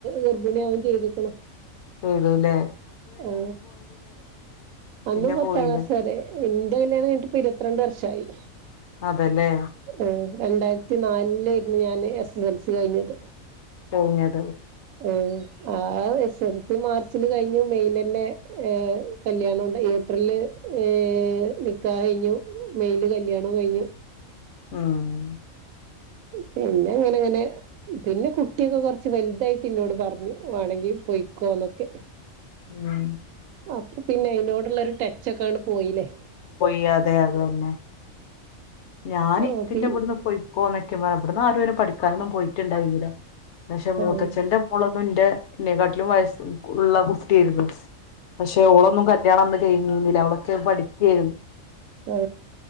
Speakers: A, on the right (about 80°); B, on the left (about 65°).
A: ഗർഭിണിയാവും ചെയ്തുക്ണു
B: ചെയ്തൂലേ
A: ആ അന്ന്
B: പിന്നെ
A: പത്താം
B: പോയില്ലേ
A: ക്ലാസ് വരെ ന്റെ കല്യാണം കഴിഞ്ഞിട്ടിപ്പ ഇരത്രണ്ട് വർഷായി
B: അതേല്ലേ
A: ആഹ് രണ്ടായിരത്തി നാല് ലേയിര്ന്നു ഞാന് എസ്എസ്എൽസി കഴിഞ്ഞത്
B: <unintelligible>
A: ഊം ആ എസ്എൽസി മാർച്ചില് കഴിഞ്ഞു മെയ്ലെന്നെ ഏഹ് കല്യാണം ഒണ്ട് ഏപ്രിൽല് ഏ നികാഹയ്ഞ്ഞു മെയില് കല്യാണോം കയ്ഞ്ഞു
B: ആണോ
A: പിന്നെ അങ്ങനെഅങ്ങനെ പിന്നെ കുട്ടിയൊക്കെ കൊറ്ച്ച് വൽതായിട്ട് ഇന്നോട് പറഞ്ഞു വാണെങ്കി പൊയ്ക്കോന്നൊക്കെ
B: ഉം
A: അപ്പൊ പിന്നെ അയ്നോട്ള്ള ഒര് ട്ടച്ചൊക്കെ അങ്ങട്ട് പോയീലേ
B: പോയി അതെ അതെന്നെ ഞാൻ
A: ആ
B: ഇത്തിന്റെ
A: പി
B: ഇവിടെന്ന് പാെയ്ക്കോളെ മാ ഇവ്ട്ന്നാരും അയ്ന് പഠിക്കാനൊന്നും പോയിട്ട്ണ്ടായ്ര്ന്നില്ല പക്ഷെ മൂത്തച്ഛന്റെ
A: ആഹ്
B: മോള് ന്റെ ഇന്നെകാട്ടിലും വയസ് ഉള്ള കുട്ട്യേയ്ര്ന്നു പക്ഷെ ഓളൊന്നും കല്യാണം കയ്ഞ്ഞീന്നില്ല അവളൊക്കെ പഠിക്കേയ്ര്ന്നു
A: ആ